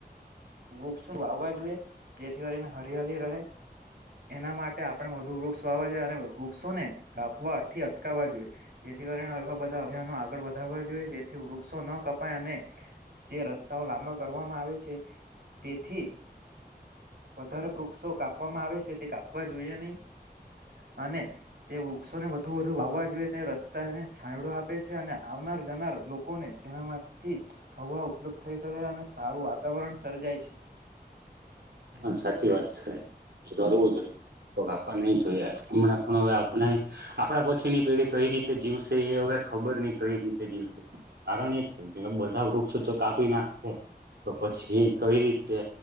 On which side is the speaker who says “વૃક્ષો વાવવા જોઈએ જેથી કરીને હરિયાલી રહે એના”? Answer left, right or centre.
Right